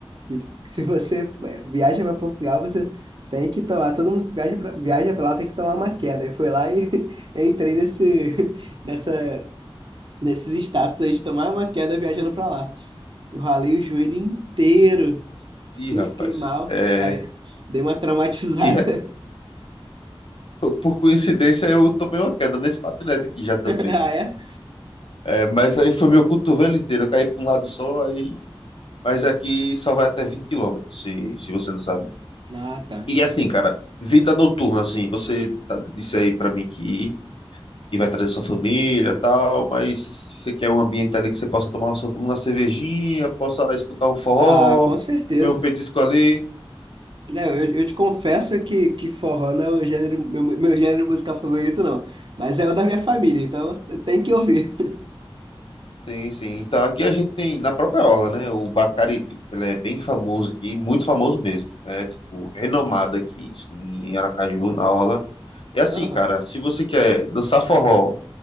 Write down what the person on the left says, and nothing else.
Ih, rapaz,
é.
E re-
eu- por coincidência eu tomei uma queda nesse patinete aqui já também.
É, mas aí foi meu cotovelo inteiro, eu caí para um lado só, aí. Mas aqui só vai até 20 quilômetros se, se você não sabe.
E assim, cara, vida noturna, assim, você tá- disse aí pra mim que, que vai trazer sua família e tal, mas você quer um ambiente ali que você possa tomar uma, so- uma cervejinha, possa escutar um forró,
comer um petisco ali.
Sim, sim. Então aqui a gente tem na própria orla, né? O Bacariri, que ele é bem famoso aqui, muito famoso mesmo. É tipo renomado aqui, sim, em Aracaju, na orla. E assim,
cara, se você quer dançar forró,